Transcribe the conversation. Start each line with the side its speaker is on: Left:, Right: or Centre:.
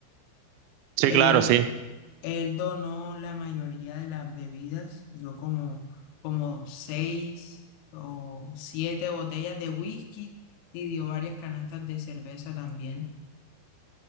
Right: Sí,
Left: él
Right: claro, sí.
Left: Él donó la mayoría de las bebidas, dio como, como seis o siete botellas de whisky y dio varias canastas de cerveza también.